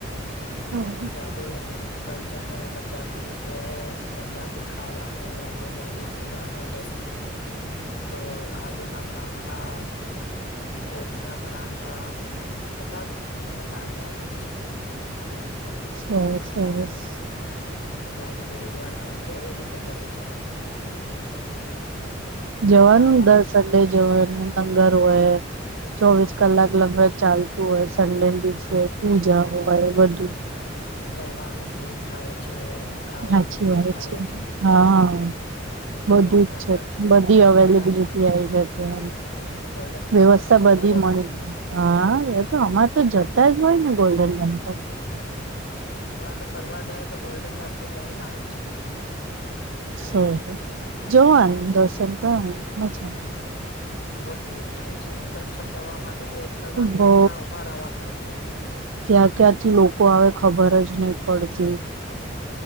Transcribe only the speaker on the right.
દેવાનું
બવ, સરસ
જવાનું
ને, દર સન્ડે જવાનું લંગર હોય ચોવીસ કલાક લંગર ચાલતું હોય, સન્ડે ના દિવસે પૂજા હોય બધુ
સાચી
વાત
છે હા. બધું
જ
છે, બધી અવેલેબિલિટી
આવી જાય.
વ્યવસ્થા
બધી
મળી
જાય, હા એ તો અમાં તો જતાય હોય ને ગોલ્ડન ટેમ્પલ
હંઅ જોવાનું, દર્શન કરવાના, મજા આવે.
બઉ
ક્યાં ક્યાંથી લોકો આવે ખબર જ નહી પડતી,